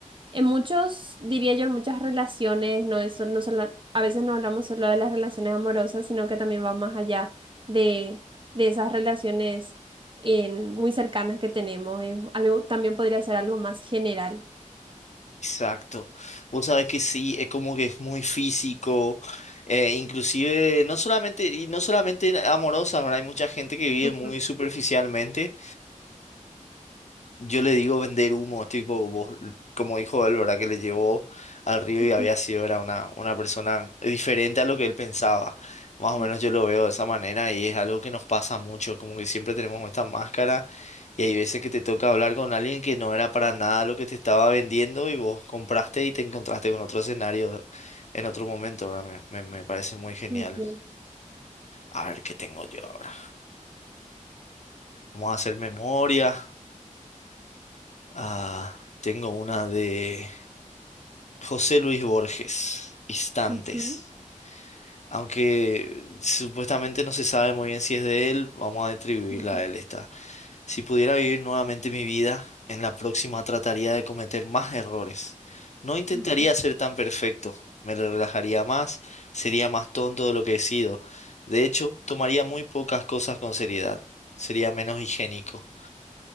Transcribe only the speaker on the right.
En muchos, diría yo, en muchas relaciones, no es solo- no solo- a veces no hablamos solo de las relaciones amorosas, sino que también va más allá de, de esas relaciones en- muy cercanas que tenemos. es algo, también podría ser algo más general.
Ujú,
ujú,
sí,
sí, sí.
Ujú,
ujú,
ujú,